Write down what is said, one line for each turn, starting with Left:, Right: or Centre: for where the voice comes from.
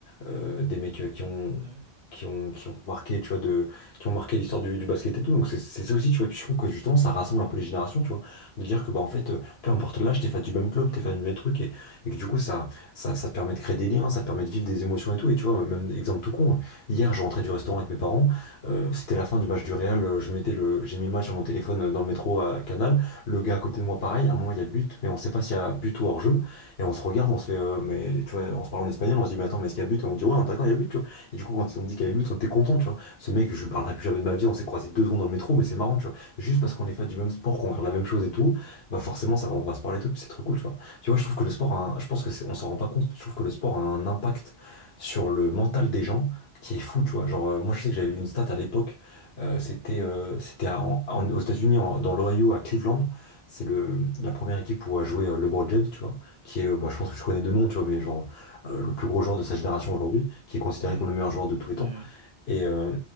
Left: euh, des mecs euh, qui ont.
Right: Ah ouais.
Left: Qui ont, qui ont marqué, tu vois, de, qui ont marqué l'histoire du, du basket et tout. Donc c'est c'est ça aussi, tu vois. Et puis je trouve que justement, ça rassemble un peu les générations, tu vois. De dire que, bah, en fait, euh, peu importe l'âge, t'es fan du même club, t'es fan du même truc. Et que du coup, ça, ça, ça te permet de créer des liens, ça te permet de vivre des émotions et tout. Et tu vois, même exemple tout con, hier, je rentrais du restaurant avec mes parents, euh, c'était la fin du match du Real, euh, je mettais le, j'ai mis le match sur mon téléphone euh, dans le métro à Canal, le gars à côté de moi, pareil, à un moment, il y a but, mais on sait pas s'il y a but ou hors-jeu, et on se regarde, on se fait, euh, mais tu vois, on se parle en espagnol, on se dit, mais attends, mais est-ce qu'il y a but? Et on dit, ouais, on est d'accord, il y a but, tu vois. Et du coup, quand ils ont dit qu'il y avait but, on était content, tu vois. Ce mec, je lui
Right: Hmm.
Left: parlerai plus jamais de ma vie, on s'est croisé deux secondes dans le métro, mais c'est marrant, tu vois. Juste parce qu'on est fan du même sport, qu'on regarde la même chose et tout, bah forcément, ça, va- on va se parler et tout, puis c'est trop cool, tu vois. Tu vois, je trouve que le sport, a un- je pense que c'est- on s'en rend pas compte, mais je trouve que le sport a un impact sur le mental des gens qui est fou, tu vois. Genre, euh, moi, je sais que j'avais lu une stat à l'époque, euh, c'était euh, c'était à- en- en- aux États-Unis, en- dans l'Ohio, à Cleveland. C'est le la première équipe où a joué euh, LeBron James, tu vois, qui est, euh, bah, je pense que je connais de nom, tu vois, mais genre euh, le plus gros joueur de sa génération aujourd'hui, qui est considéré
Right: Hmm.
Left: comme le meilleur joueur de tous les temps.
Right: Ouais, ouais.
Left: Et, euh,